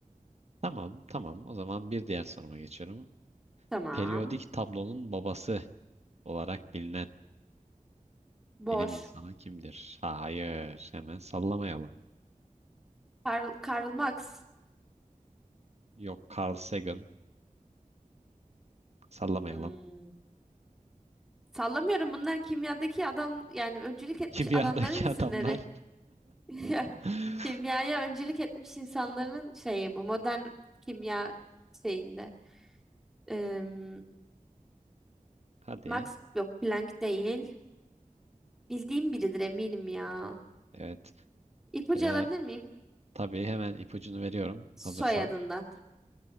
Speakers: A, on the right; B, in the centre.
A: Tamam, tamam. O zaman bir diğer soruma geçiyorum.
B: Tamam.
A: Periyodik tablonun babası olarak bilinen
B: Bor.
A: bilim insanı kimdir? Hayır, hemen sallamayalım.
B: Karl, Karl Marx.
A: Yok, Carl Sagan, sallamayalım.
B: Hmm. Sallamıyorum bunlar kimyadaki adam yani öncülük etmiş
A: Kimyadaki
B: adamların isimleri.
A: adamlar.
B: <laughs> Ya,
A: <laughs>
B: Kimyaya öncülük etmiş insanların şeyi bu modern kimya şeyinde. Em,
A: Hadi,
B: Max yok Planck değil. Bildiğim biridir eminim ya.
A: evet.
B: İpucu
A: Şöyle
B: alabilir miyim?
A: tabii hemen ipucunu veriyorum.
B: Soyadından.
A: Hazırsan.